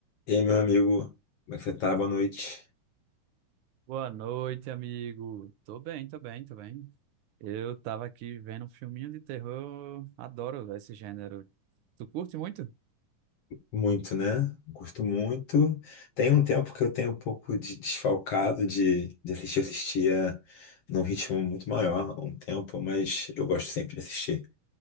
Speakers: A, on the left; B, on the right.
A: E aí, meu amigo, como é que você tá? Boa noite.
B: Boa noite, amigo. Tô bem, tô bem, tô bem. Eu tava aqui vendo um filminho de terror. Adoro véi, esse gênero. Tu curte muito?
A: Muito, né? Gosto muito. Tem um tempo que eu tenho um pouco de desfalcado de, de assistir. Eu assistia num ritmo muito maior há um tempo, mas eu gosto sempre de assistir.